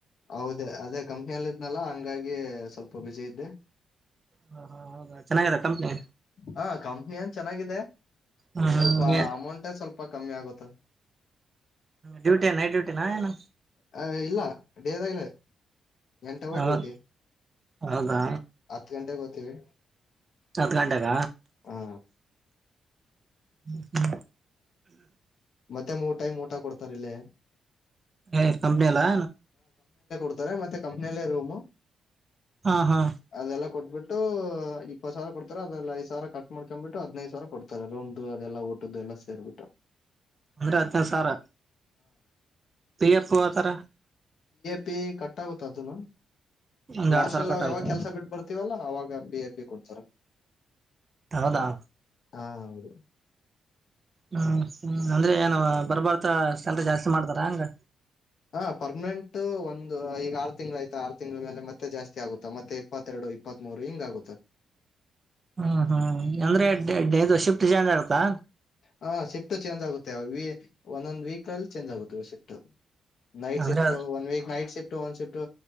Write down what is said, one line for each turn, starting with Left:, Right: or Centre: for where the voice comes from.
Left: ಹೌದ ಅದೇ ಕಂಪ್ನಿಯಲ್ಲಿ ಇದ್ನಲ್ಲ ಹಂಗಾಗಿ ಸ್ವಲ್ಪ ಬ್ಯುಸಿ ಇದ್ದೆ
Right: ಹ ಹಾ ಹೌದಾ ಚೆನ್ನಾಗಿದೆ ಕಂಪ್ನಿ
Left: ಹಾ ಕಂಪ್ನಿ ನ್ ಚೆನ್ನಾಗಿದೆ
Right: ಹ್ಮ್
Left: ಸ್ವಲ್ಪ
Right: ಹ್ಮ್ ಏನ್
Left: ಅಮೌಂಟ್ ಸ್ವಲ್ಪ ಸ್ಪ ಕಮ್ಮಿ ಆಗುತ್ತ
Right: ಡ್ಯೂಟಿ ನೈಟ್ ಡ್ಯೂಟಿನಾ ಏನು
Left: ಆ ಇಲ್ಲ <unintelligible> ದಾ ಇಲ್ಲ ಎಂಟಾವ
Right: ಹೌದ
Left: ಡ್ಯೂಟಿ
Right: ಹೌದಾ
Left: ಹತ್ತು ಗಂಟೆಗೆ ಹೋಗ್ತೀವಿ
Right: ಹತ್ತು ಗಂಟೆಗ
Left: ಹ
Right: ಹ ಹ್ಮ
Left: ಮತ್ತೆ ಮೂರು ಟೈಮ್ ಊಟ ಕೊಡ್ತಾರಲ್ಲೇ
Right: ಹಯ್ತು ಕಂಪ್ನಿ ಎಲ್ಲಾ
Left: ಡ್ತ ಮೆ ಕಂಪ್ನಿಯಲ್ಲ ರೂಮು
Right: ಹಾ ಹಾ
Left: ಅದೆಲ್ಲ ಕೊಬಿಟ್ಟು ಇಪ್ಪತ್ ಸಾವಿರ ಕೊತಾರೆ ಅದ ಐದ್ವಿರ ಕಟ್ ಮಾಡ್ಕೊ್ಬಟ್ಟು ಹದಿನೈದು ಸಾವರ ಕೊತಾರೆ ರೂಮ್ದು ಅದೆಲ್ಲ ಊಟ್ದ ಎಲ್ಲ ಸೇರ್ಬಟ್ಟು <unintelligible>
Right: ಅಂದ್ರೆ ಹದ್ ನೈದು ಸಾವಿರ ಬಿ ಎಪ್ಪು ಆತರ
Left: ಪೇ ಕಟ್ಟಾವತದುುಮ್ಮ
Right: ಒಂದ್
Left: ಲಾಸ್ಟ್
Right: ಎರಡ್ ಸಾವಿರ
Left: ಅಲ್ಲಿ ನಾವ್
Right: ಕಟ್ಟಾಗುತ್ತೆ
Left: ಯಾವಾಗ ಕೆಲ್ಸ ಬಿಟ್ಟ ಬರ್ತೀವಲ್ಲ ಅವಾಗ ಪಿ ಎ ಪಿ ಕೊಡ್ತಾರ
Right: ಹೌದಾ
Left: ಹಾ ಹೌದು
Right: ಹ್ಮ್ ಹ್ಮ್ ಅಂದ್ರೆ ಏನು ಬರ್ಬಾರತ ಶಲ್ ಜಾಸ್ತಿ ಮಾಡ್ತಾರ ಹಂಗ
Left: ಹ ಪರ್ಮನೆಂಟ್ ಒಂದು ಈಗ ಆರು ತಿಂಗಳ ಆಯ್ತಾ ಆರು ತಿಂಗಂಳ ಮೇಲೆ ಮತ್ತೆ ಜಾಸ್ತಿ ಆಗುತ್ತಾ ಮತ್ತೆ ಇಪ್ಪತ್ತೆರಡು ಇಪ್ಪತ್ತ್ ಮೂರು ಹಿಂಗ ಆಗುತ್ತೆ
Right: ಹ್ಮ್ ಹ್ಮ್ ಅಂದ್ರೆ ಇದು ಶಿಫ್ಟ್ ಚೇಂಜ್ ಆಗತಾ
Left: ಹಾ ಶಿಫ್ಟ್ ಚೇಂಜ್ ಆಗುತ್ತೆ ಒಂದೊಂದ್ ವೀಕ್ ಅಲ್ಲಿ ಚೇಂಜ್ ಆಗುತ್ತವೆ ಶಿಫ್ಟ್ ನೈಟ್
Right: ಅಂದ್ರೆ
Left: shift one week night shift ಒಂದ್ ಶಿಫ್ಟ್